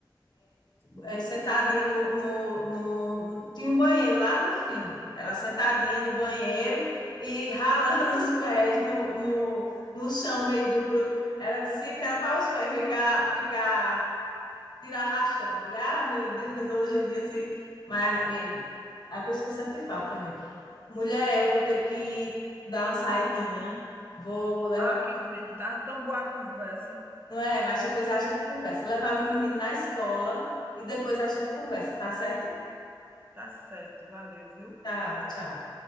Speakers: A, on the right; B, on the left.
A: Sim.
B: é, sentadinha no, no, no. Tinha um banheiro lá no fim. Ela sentadinha no banheiro e ralando <laughs> os pés no, no, no chão meio duro. Ela dizia que era para os pés ficar, ficar tirar rachão. Eu digo, ah, meu Deus, hoje em dia se. Mas ei, a pessoa sente falta também. Mulher, eu vou ter que dar uma saidinha, vou levar.
A: Ah, que pena. Tava tão boa a conversa.
B: Não é? Mas depois a gente conversa. Levar meu menino na escola e depois a gente conversa, tá certo?
A: Tá certo, valeu, viu?
B: Tchau, tchau.